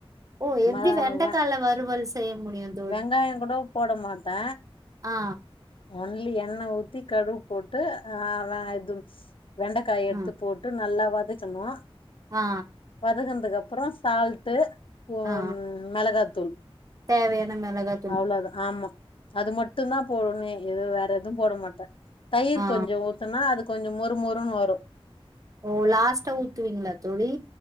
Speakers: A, on the right; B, on the left.
A: ஓ எப்டி
B: ம
A: வெண்டைக்கால
B: வெ
A: வரும் ல்சு செய்ய முடியாது
B: வெங்காயோ கூட போடமாட்டே
A: ஆ
B: ஒன்லி எண்ணெ ஊத்தி கடுகு போட்டு ஆ வ இது வெண்டைக்காய எடுத்து
A: ஆ
B: போட் ட்டு நல்லா வதக்கணு
A: ஆ ஆ
B: வதக்குனதுக்கு அப்றோ சால்ட்டு உ
A: ஆ
B: மெளகாத்தூள்
A: தேவையான மெளகாத்
B: அவ்ளோ தா ஆமா அது மட் மட்டுந்தா போடனு எதுவு வேற எதுவு போட மாட்டே தயிர்
A: ஆ
B: கொஞ்ச ஊத் சொன்னா அது கொஞ்சோ மொறுமொறுன்னு வரு
A: ஓ லாஸ்ட்டா ஊத்துவீங்களா தோழி